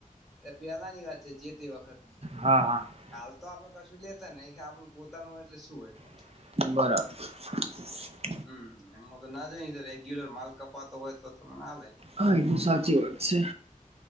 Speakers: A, in the centre; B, on the right.
A: એ પેલા ની વાત છે જે તે વખત ની
B: હા હા
A: હાલ તો આપડ કશું લેતા નહી કે આપણુ પોતાનુ હોય એટલે શું હોય!
B: બરાબર.
A: હમ્મ એમાં તો <unintelligible> તો રેગ્યુલર માલ કપાતો હોય તો મને હાલે
B: હા એ તો સાચી વાત છે.